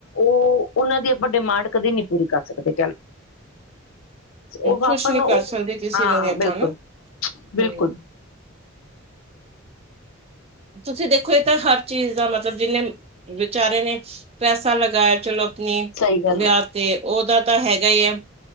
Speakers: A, on the left; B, on the right.
A: ਉਹ ਉਹਨਾਂ ਦੀ ਆਪਾਂ ਡਿਮਾਂਡ ਕਦੀ ਨਹੀਂ ਪੂਰੀ ਕਰ ਸਕਦੇ ਉਹ
B: ਖੁਸ਼
A: ਆਪਾਂ
B: ਨਹੀਂ
A: ਨੂੰ
B: ਕਰ
A: ਉਹ
B: ਸਕਦੇ ਕਿਸੇ
A: ਹਾਂ
B: ਨੂੰ ਵੀ ਆਪਾ
A: ਬਿਲਕੁਲ
B: ਨਾ
A: ਬਿਲਕੁਲ
B: ਹੂੰ। ਤੁਸੀਂ ਦੇਖੋ, ਇਹ ਤਾਂ ਹਰ ਚੀਜ਼ ਦਾ ਮਤਲਬ, ਜਿਹਨੇ- ਵਿਚਾਰੇ ਨੇ ਪੈਸਾ ਲਗਾਇਆ। ਚਲੋ ਆਪਣੀ
A: ਸਹੀ ਗੱਲ
B: ਵਿਆਹ
A: ਹੈ
B: ਤੇ, ਉਹ- ਦਾ ਤਾਂ ਹੈਗਾ ਹੀ ਹੈ।